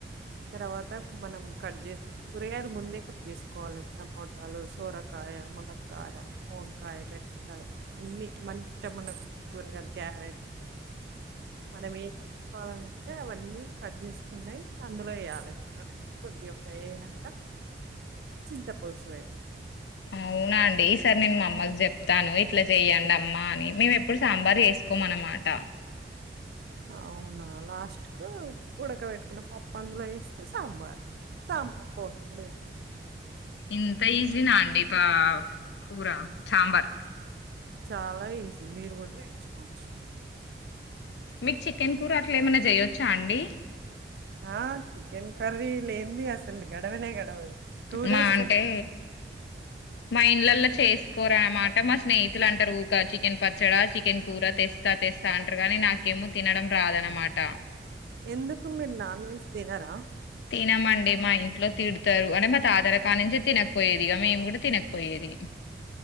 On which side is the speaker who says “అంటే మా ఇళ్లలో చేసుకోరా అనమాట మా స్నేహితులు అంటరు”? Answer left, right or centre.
Left